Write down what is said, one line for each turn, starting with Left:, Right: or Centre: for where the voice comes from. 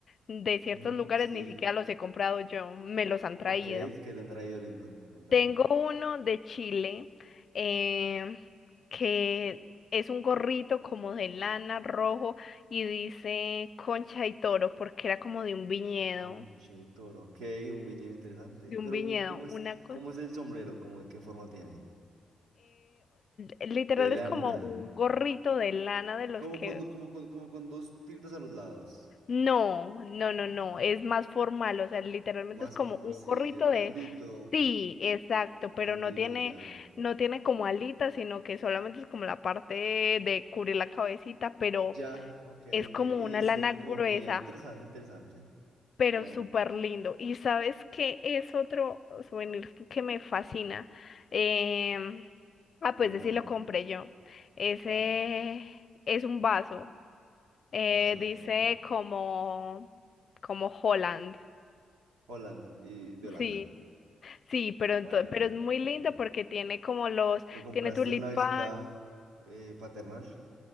Left: de ciertos
Right: Ujú,
Left: lugares
Right: sí.
Left: ni siquiera los he comprado yo, me los han traído.
Right: Ok, ¿qué te han traído lindo? Cuéntame.
Left: Tengo uno de Chile em, que es un gorrito como de lana rojo y dice Concha y Toro porque era como de un viñedo,
Right: Poncho y toro. Ok, un viñedo interesante.
Left: de un
Right: Pero,
Left: viñedo,
Right: mm, ¿cómo
Left: una
Right: es,
Left: cosa.
Right: cómo es el sombrero? ¿Cómo, de qué forma tiene?
Left: literal
Right: De lana.
Left: es como un gorrito de lana de los
Right: Como
Left: que...
Right: con, do- como, con- como con dos tiritas a los lados.
Left: No, no,
Right: Ok.
Left: no, no, es más formal, o sea, literalmente
Right: Más
Left: es como
Right: como
Left: un
Right: así,
Left: gorrito
Right: redondito,
Left: de Sí, exacto,
Right: redondito,
Left: pero no tiene,
Right: ya.
Left: no tiene como alitas, sino que solamente es como la parte de cubrir la cabecita, pero
Right: Ya, ok,
Left: es
Right: ok.
Left: como
Right: Y
Left: una
Right: dice,
Left: lana gruesa,
Right: como un viñedo, interesante, interesante.
Left: pero
Right: Ya,
Left: súper lindo. Y sabes que es otro souvenir que me fascina. Em, ah,
Right: cuéntame,
Left: pues ese sí lo compré yo. Ese
Right: ¿cuál?
Left: es un vaso.
Right: Un
Left: eh,
Right: vaso, ok.
Left: dice como, como Holland.
Right: Holland y de Holanda,
Left: Sí. Sí, pero, ento-
Right: obviamente.
Left: pero es muy lindo
Right: obviamente.
Left: porque tiene como los,
Right: ¿Lo compraste
Left: tiene tulipán,
Right: en una visita eh, paternal?